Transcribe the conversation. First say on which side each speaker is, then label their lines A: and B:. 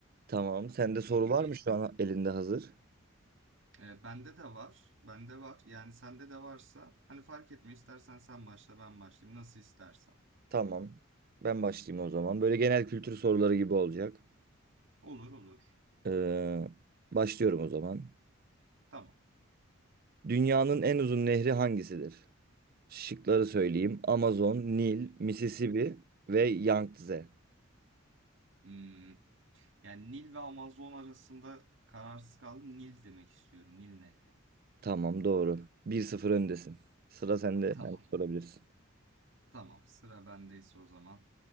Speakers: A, on the right (about 45°); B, on the right (about 65°).
A: Tamam. Sende soru
B: Eğil-
A: var
B: eğilelim.
A: mı şu an elinde hazır?
B: Ee, bende de var, bende var. Yani sende de varsa hani fark etmiyor. İstersen sen başla, ben başlayayım. Nasıl istersen.
A: Tamam. Ben başlayayım o zaman. Böyle genel kültür soruları gibi olacak.
B: Olur olur.
A: E, başlıyorum o zaman.
B: Tamam.
A: Dünyanın en uzun nehri hangisidir? Şıkları söyleyeyim. Amazon, Nil, Mississippi ve Yangtze.
B: Hmm, Yani Nil ve Amazon arasında kararsız kaldım. Nil demek istiyorum. Nil Nehri.
A: Tamam doğru. bir sıfır öndesin. Sıra sende.
B: Tamam.
A: Sen sorabilirsin.
B: Tamam, sıra bendeyse o zaman